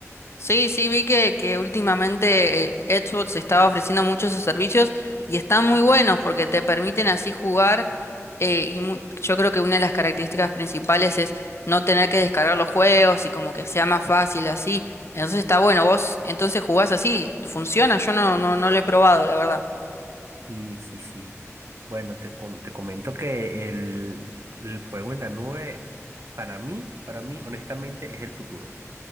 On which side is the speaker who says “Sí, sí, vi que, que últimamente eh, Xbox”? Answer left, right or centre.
Left